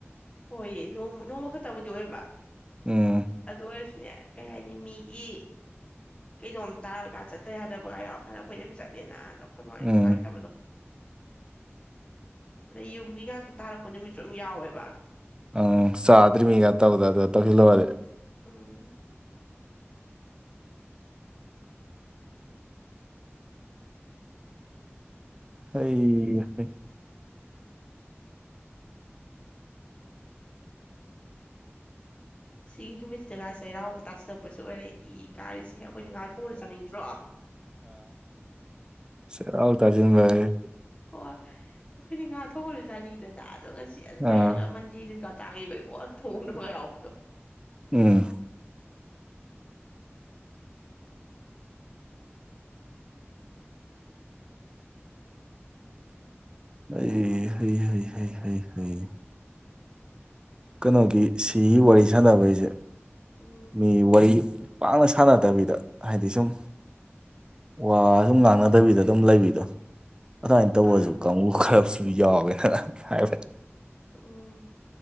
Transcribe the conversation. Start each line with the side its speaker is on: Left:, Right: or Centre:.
Left: ꯍꯣꯏ ꯅꯣꯡꯃ ꯅꯣꯡꯃ ꯈꯛꯇꯕꯨꯗꯤ ꯑꯣꯏꯔꯕ
Right: ꯎꯝ
Left: ꯑꯗꯨ ꯑꯣꯏꯔꯁꯨꯅꯦ ꯀꯩ ꯍꯥꯏꯅꯤ ꯃꯤ ꯒꯤ ꯀꯩꯅꯣꯝ ꯇꯥꯔꯒ ꯆꯠꯇ ꯌꯥꯗꯕꯒ ꯌꯥꯎꯔ ꯀꯥꯟꯗ ꯑꯩꯈꯣꯏꯁꯨ ꯑꯗꯨꯝ ꯆꯠꯂꯦꯅ ꯑꯗ ꯑꯩꯈꯣꯏ ꯃꯥꯗꯤ
Right: ꯎꯝ
Left: ꯅꯨꯡꯉꯥꯏꯇꯕꯗꯣ ꯑꯗꯩ ꯌꯨꯝꯒꯤꯒꯁꯨ ꯇꯥꯔꯛꯄ ꯅꯨꯃꯤꯠꯁꯨ ꯑꯗꯨꯝ ꯌꯥꯎꯋꯦꯕ
Right: ꯑꯪ ꯆꯥꯗ꯭ꯔꯤ ꯃꯤꯒ ꯇꯧꯗꯅ ꯇꯧꯁꯤꯜꯂꯨꯔꯗꯤ
Left: ꯎꯝ
Right: ꯑꯩ ꯍꯩ
Left: ꯁꯤꯒꯤ ꯅꯨꯃꯤꯠꯁꯤꯗꯒ ꯆꯩꯔꯥꯎꯕ ꯇꯥꯁꯤꯜꯂꯛꯄꯁꯤ ꯑꯣꯏꯔꯦ ꯏ ꯀꯥꯔꯤꯁꯤ ꯌꯥꯝ ꯑꯩꯈꯣꯏꯗꯤ ꯉꯥ ꯊꯣꯡꯕꯗꯣ ꯆꯪꯅꯤꯡꯗ꯭ꯔꯣ
Right: ꯆꯩꯔꯥꯎ ꯇꯥꯗꯤ ꯅꯨꯡꯉꯥꯏꯌꯦ
Left: ꯍꯣꯏ ꯑꯩꯈꯣꯏꯗꯤ ꯉꯥ ꯊꯣꯛꯉꯁꯨ ꯆꯥꯅꯤꯡꯉꯤꯗꯅ ꯑꯗꯣ ꯉꯁꯤ ꯑꯗꯨꯃꯥꯏꯅꯒ
Right: ꯑꯥ
Left: ꯃꯟꯗꯦꯅꯤꯒ ꯇꯥꯈꯤꯕꯩꯀꯣ ꯊꯣꯡꯗꯕꯒ ꯌꯥꯎꯕꯗꯣ
Right: ꯎꯝ ꯑꯩ ꯍꯩ ꯍꯩ ꯍꯩ ꯍꯩ ꯍꯩ ꯀꯩꯅꯣꯒꯤ ꯁꯤꯒꯤ ꯋꯥꯔꯤ ꯁꯥꯟꯅꯕꯩꯁꯦ
Left: ꯎꯝ
Right: ꯃꯤꯒꯤ ꯋꯥꯔꯤ ꯄꯥꯛꯅ ꯁꯥꯟꯅꯗꯕꯤꯗ ꯍꯥꯏꯗꯤ ꯁꯨꯝ ꯋꯥ ꯁꯨꯝ ꯉꯥꯡꯅꯗꯕꯤꯗ ꯑꯗꯨꯝ ꯂꯩꯕꯤꯗꯣ ꯑꯗꯨꯃꯥꯏꯅ ꯇꯧꯔꯁꯨ
Left: ꯑꯥ
Right: ꯀꯥꯡꯕꯨ ꯈꯔꯁꯨ ꯌꯥꯎꯋꯦꯅ ꯍꯥꯏꯕ
Left: ꯎꯝ